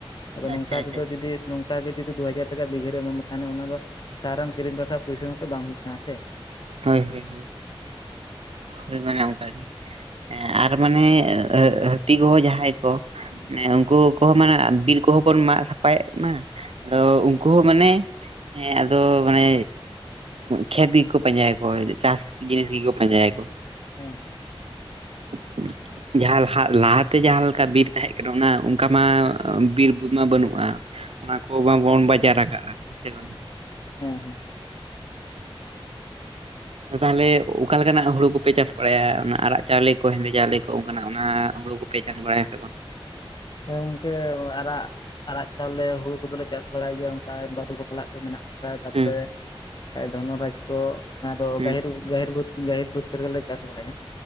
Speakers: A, on the left; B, on the right.
A: ᱟᱫᱚ
B: ᱟᱪᱪᱷᱟ
A: ᱱᱚᱝᱠᱟ
B: ᱟᱪᱪᱷᱟ
A: ᱛᱮᱫᱚ ᱡᱩᱫᱤ ᱱᱚᱝᱠᱟ ᱜᱮ ᱡᱩᱫᱤ ᱫᱩ ᱦᱟᱡᱟᱨ ᱴᱟᱠᱟ ᱵᱤᱜᱷᱟᱹᱨᱮ ᱮᱢᱟᱢ ᱢᱮ ᱛᱟᱦᱮᱱᱟ ᱚᱱᱟ ᱫᱚ ᱥᱟᱨ ᱮᱢ ᱠᱤᱨᱤᱧ ᱵᱟᱠᱷᱨᱟ ᱯᱚᱭᱥᱟ ᱦᱚᱸᱛᱚ ᱵᱟᱝ ᱦᱩᱭᱩᱜ ᱠᱟᱱᱟ ᱥᱮ,
B: ᱦᱳᱭ ᱦᱳᱭ ᱦᱳᱭ ᱦᱳᱭ ᱢᱟᱱᱮ ᱚᱱᱠᱟ ᱜᱮ᱾ ᱦᱮᱸ ᱟᱨ ᱢᱟᱱᱮ ᱦᱟᱹᱛᱤ ᱠᱚᱦᱚ ᱡᱟᱦᱟᱸᱭ ᱠᱚ ᱢᱟᱱᱮ ᱩᱱᱠᱩ ᱠᱚᱦᱚᱸ ᱢᱟᱱᱮ ᱵᱤᱨ ᱠᱚᱦᱚᱸ ᱵᱚᱱ ᱢᱟᱜ ᱥᱟᱯᱷᱟᱭᱮᱫ ᱢᱟ ᱟᱫᱚ ᱩᱱᱠᱩ ᱦᱚᱸ ᱢᱟᱱᱮ ᱦᱮᱸ ᱟᱫᱚ ᱢᱟᱱᱮ ᱠᱷᱮᱛ ᱜᱤ ᱠᱚ ᱯᱟᱸᱡᱟᱭᱟᱚ ᱪᱟᱥ ᱡᱤᱱᱤᱥ ᱜᱮᱠᱚ ᱯᱟᱸᱡᱟᱭᱟ ᱠᱚ
A: ᱦᱮᱸ ᱦᱮᱸ
B: <inaudible> ᱡᱟᱦᱟᱸ ᱞᱟᱦᱟᱛᱮ ᱡᱟᱦᱟᱸ ᱞᱮᱠᱟ ᱵᱤᱨ ᱛᱟᱦᱮᱸ ᱠᱟᱱᱟ ᱚᱱᱟ ᱚᱱᱠᱟ ᱢᱟ ᱵᱤᱨ ᱢᱟ ᱵᱟᱹᱱᱩᱜᱼᱟ ᱚᱱᱟ ᱠᱚ ᱵᱟᱵᱚᱱ ᱵᱟᱡᱟᱨ ᱟᱠᱟᱟᱜᱼᱟ ᱦᱮᱸ ᱥᱮ ᱵᱟᱝ
A: ᱦᱮᱸ ᱦᱮᱸ
B: ᱛᱟᱦᱚᱞᱮ ᱚᱠᱟᱞ ᱞᱮᱠᱟᱱᱟᱜ ᱦᱩᱲᱩ ᱠᱚᱯᱮ ᱪᱟᱥ ᱵᱟᱲᱟᱭᱟ ᱚᱱᱟ ᱟᱨᱟᱜ ᱪᱟᱣᱞᱮ ᱠᱚ ᱦᱮᱸᱫᱮ ᱪᱟᱣᱞ ᱠᱚ ᱚᱱᱠᱟᱱᱟᱜ ᱚᱱᱟ ᱦᱩᱲᱩ ᱠᱚ? ᱯᱮ ᱪᱟᱥ ᱵᱟᱲᱟᱭᱟ ᱥᱮ ᱵᱟᱝ?
A: ᱦᱮᱸ ᱚᱝᱠᱟ ᱟᱨᱟᱜ ᱟᱨᱟᱜ ᱪᱟᱣᱞᱮ ᱦᱩᱲᱩ ᱠᱚᱫᱚᱞᱮ ᱪᱟᱥ ᱵᱟᱲᱟᱭ ᱜᱮᱭᱟ ᱚᱱᱠᱟ ᱵᱟᱹᱨᱩ ᱨᱟᱞᱟᱜ ᱠᱚ ᱢᱮᱱᱟᱜ ᱛᱟᱯᱚᱨᱮ
B: ᱦᱩᱸ
A: ᱫᱷᱚᱱ ᱨᱟᱡᱽ ᱠᱚ ᱚᱱᱟ ᱫᱚ
B: ᱦᱩᱸ
A: ᱜᱟᱹᱦᱤᱨ ᱜᱟᱹᱦᱤᱨ ᱵᱷᱩᱛ ᱜᱟᱹᱦᱤᱨ ᱵᱷᱩᱛ ᱫᱷᱮᱨ ᱜᱮᱞᱮ ᱪᱟᱥ ᱵᱟᱲᱟᱭᱟ